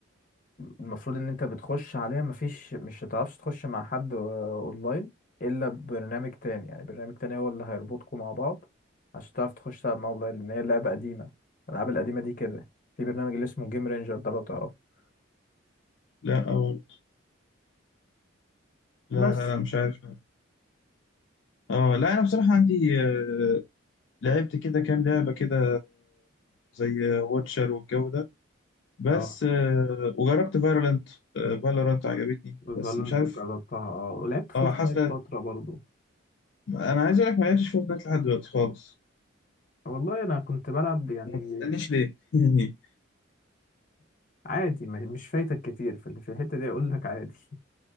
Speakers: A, on the left (about 40°); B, on the left (about 65°).
A: المفروض ان انت بتخش عليها مفيش مش هتعرفش تخش مع حد آه، اونلاين الا ببرنامج تاني يعني برنامج تاني هو اللي هيربطكم مع بعض عشان تعرف تخش تلعب مع اونلاين لان هي لعبة قديمة الالعاب القديمة دي كده في برنامج اللي اسمه جيم رينجر ده لو تعرفه
B: لا أه لا
A: بس
B: لا لا مش عارف لا. أه لا أنا بصراحة عندي آه، لعبت كده كام لعبة كده زي واتشر والجو ده بس
A: اه
B: آه، وجربت فالورانت فالورانت عجبتني بس
A: فالنت
B: مش عارف
A: جربتها اه ولعبت فورتنايت
B: اه حاسة
A: فترة برضو
B: انا عايز اقول لك ما لعبتش فورتنايت لحد دلوقتي خالص
A: والله انا كنت بلعب يعني
B: وما تسألنيش ليه <laughs> يعني
A: عادي ما- مش فايتك كتير في ال- في الحتة دي اقول لك عادي <laughs>